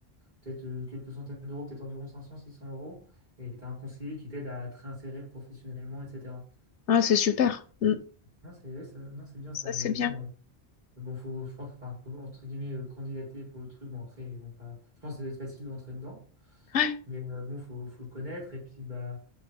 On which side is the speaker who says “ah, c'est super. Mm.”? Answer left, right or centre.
Left